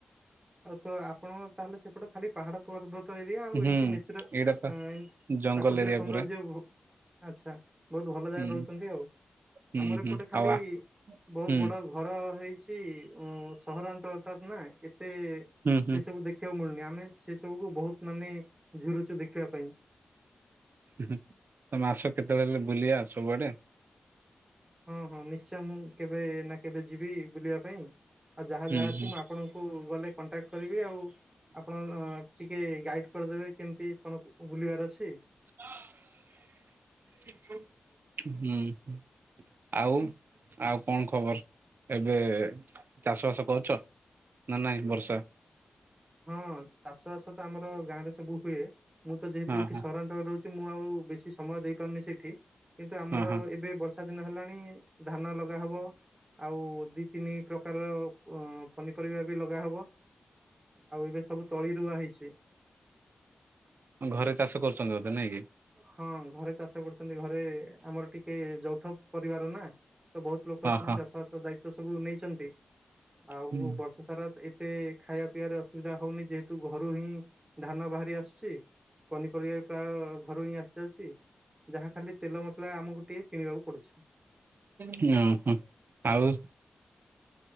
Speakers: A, on the right; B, on the right.
A: ଆଉ ତ ଆପଣ ତାହେଲେ ସେପଟେ ଖାଲିପ୍ ପାହାଡ଼, ପର୍ବତ ଏରିଆ ଆଉ
B: ହୁଁ
A: ଏମତି ନେଚୁରାଲ୍ ଏଁ,
B: ଏଇଟା
A: ଏମତି
B: ଜଙ୍ଗଲ
A: ପ୍ରାକୃତିକ
B: ଏରିଆ
A: ସୌନ୍ଦର୍ଯ୍ୟ
B: ପୁରା
A: ଭୋ ଆଚ୍ଛା ବହୁତ୍ ଭଲ ଜାଗାରେ
B: ହୁଁ
A: ରହୁଛନ୍ତି ଆଉ।
B: ହୁଁ
A: ଆମର
B: ହୁଁ
A: ଏପଟେ ଖାଲି
B: ଆଉ ଆ
A: ବହୁତ୍
B: ହୁଁ
A: ବଡ଼ ଘର ହେଇଚି ଉଁ ସହରଆଞ୍ଚଳଟାରେ ନା ଏତେ
B: ହୁଁ ହୁଁ
A: ସେ ସବୁ ଦେଖି ସେଉ ମିଳୁନି। ଆମେ ସେ ସବୁକୁୁ ବହୁତ୍ ମାନେ ଝୁରୁଚୁ ଦେଖିବା ପାଇଁ।
B: ତମେ ଆସିବ କେତେବେଳେ? ହେଲେ ବୁଲି ଆସିବ କୁଆଡ଼େ?
A: ହଁ ହଁ ନିଶ୍ଚୟ। ମୁଁ କେବେ ନା କେବେ ଯିବି ବୁଲିବା ପାଇଁ। ଆଉ ଯାହା ଯାହା
B: ହୁଁ
A: ଅଛି
B: ହୁଁ
A: ମୁଁ ଆପଣଙ୍କୁ ଗଲେ କଣ୍ଟାକ୍ଟ କରିବି। ଆଉ ଆପଣ? ଟିକେ ଗାଇଟ୍ କରିଦେବେ କେମିତି କଣ ବୁଲିବାର ଅଛି।
B: ହୁଁ। ଆଉ ଆଉ କଣ ଖବର? ଏବେ ଚାଷ ବାସ କରୁଛ ନା ନାଇଁ ବର୍ଷା?
A: ହଁ ଚାଷ ବାସ ତ ଆମର ଗାଁ ରେ ସବୁ ହୁଏ ମୁଁ ତ ଯେହେତୁ
B: ହଁ
A: ଏଠି
B: ହଁ
A: ସର ମୁଁ ଆଉ ବେଶୀ ସମୟ ଦେଇ ପାରୁନି ସେଠି କିନ୍ତୁ ଆମର
B: ହଁ ହଁ
A: ଏବେ ବଷ ର୍ଷା ଦିନ ହେଲାଣି ଧାନ ଲଗା ହବ। ଆଉ ଦି ତିନି ପ୍ରକାରର ଅ ପନିପରିବା ବି ଲଗା ହବ। ଆଉ ଏବେ ସବୁ ତଳି ରୁଆ ହେଇଛି।
B: ଘରେ ଚାଷ କରୁଛନ୍ତି ବୋଧେ ନାଇଁ କି?
A: ହଁ ଘରେ ଚାଷ କରୁଛନ୍ତି ଘରେ ଆମର ଟିକେ ଯୌଥ ପରିବାର ନା ତ ବହୁତ୍ ଲୋକ
B: ହଁ
A: ଅଛନ୍ତି
B: ହଁ
A: ଚାଷ ବାସ ଦାୟିତ୍ଵ ସବୁ ନେଇଛନ୍ତି ଆଉ
B: ହୁଁ
A: ବର୍ଷ ସାରା ଏତେ ଖାଇବା ପିଇବାରେ ଅସୁବିଧା ହଉନି ଯେହେତୁ ଘରୁ ହିଁ ଧାନ ବାହାରି ଆସୁଛି ପନିପରିବା ବି ପ୍ରାୟ ଘରୁ ହିଁ ଆସି ଯାଉଛି ଯାହା ଖାଲି ତେଲ ମସଲା ଆମକୁ ଟିକେ କିଣିବାକୁ ପଡୁଛି।
B: ହୁଁ ହୁଁ ଆଉ?